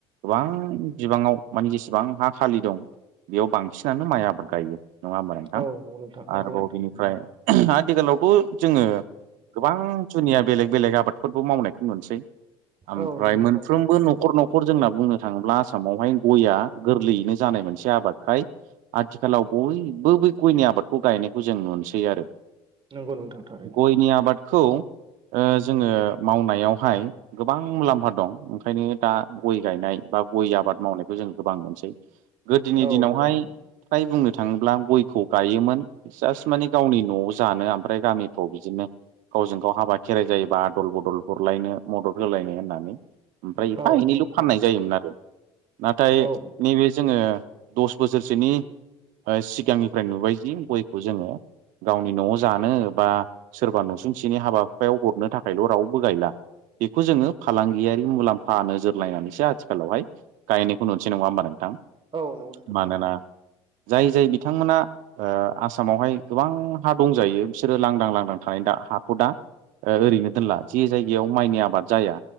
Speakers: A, on the right; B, on the right.
A: गोबां बिबाङाव मानि जेसेबां हा खालि दं बेयाव बांसिनानो माइ आबाद गायो। नङा होमबा नोंथां
B: औ नंगौ नोंथां नंगौ
A: आरोबाव
B: नोंथां
A: बिनिफ्राय
B: थारैनो
A: आथिखालावथ' जोङो गोबां जुनिया बेलेग बेलेग आबादफोरबो मावनायखौ नुनोसै ओमफ्राय
B: औ नंगौ नोंथां
A: मोनफ्रोमबो
B: थारैनो
A: न'खर न'खर जोंना बुंनो थाङोब्ला आसामावहाय गया गोरलै नो जानाय मोनसे आबादखाय आथिखालाव बयबो बे गयनि आबादखौ गायनायखौ जों नुनोसै आरो
B: नंगौ नोंथां थारैनो
A: गयनि आबादखौ जोङो मावनायावहाय गोबां मुलाम्फा दं ओंखायनो दा गय गायनाय बा गय आबाद मावनायखौ जों गोबां मोनसै गोदोनि
B: औ
A: दिनावहाय
B: नंगौ नोंथां
A: फ्राय बुंनो थाङोब्ला गयखौ गायोमोन जास्ट माने गावनि न'आव जानो ओमफ्राय गामिफ्राव बिदिनो गावजों गाव हाबा खेराइ जायोबा आदल बदल हरलायनो मदद होलायनो होननानै ओमफ्राय एफा
B: औ
A: एनैल'
B: नंगौ नोंथां
A: फाननाय जायोमोन आरो नाथाय
B: औ
A: नैबे जोङो दस बोसोरसोनि सिगांनिफ्राय नुबायदि गयखौ जोङो गावनि न'आव जानो बा सोरबा नसुंसेनि हाबा हुफायाव हरनो थाखायल' रावबो गायला बेखौ जोङो फालांगियारि मुलाम्फा नोजोर लायनानैसो आथिखालावहाय गायनायखौ नुनोसै नङा होमबा नों थां
B: औ नंगौ नोंथां
A: मानोना
B: थारैनो
A: जाय जाय बिथांमोना ओ आसामावहाय गोबां हा दंजायो बिसोरो लांदां लांदां थानाय दा हाखौ दा ओरैनो दोनला जे जायगायाव माइनि आबाद जाया